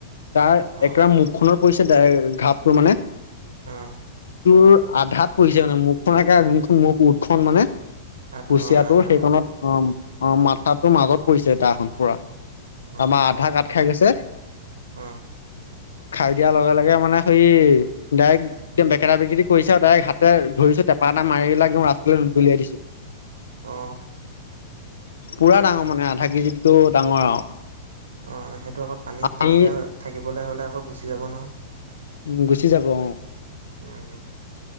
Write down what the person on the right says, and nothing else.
অ
আহ
আঠ
অ আধাত
অ
অ
অ
অ সেইটো আকৌ পানীত তেনেকে
থাকিবলৈ হ'লে আকৌ গুচি যাব নহয়
উম